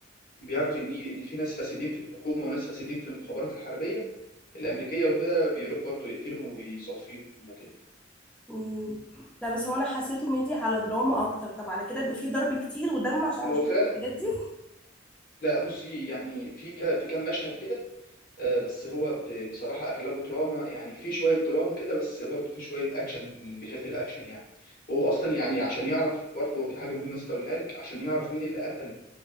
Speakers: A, on the left; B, in the centre.
A: بيعرف ان ان في ناس فاسدين في الحكومه وناس فاسدين في المخابرات الحربيه الامريكيه وكده بيروح برضه يقتلهم وبيصفيهم وكده
B: مم. لا بس هو أنا حسيته ميدي على دراما أكتر طب على كده يبقى فيه ضرب كتير ودم عشان أنا
A: هو
B: مش
A: فعلا
B: بحب الحاجات دي
A: لا بصي يعني في ك... في كام مشهد كده آه، بس هو ب- بصراحة أغلبه دراما يعني في شوية دراما كده بس برضه في شوية أكشن اللي بيحب الأكشن يعني وهو أصلا يعني عشان يعرف برضه في حاجة مهمة نسيت أقولها لك عشان يعرف مين اللي قتل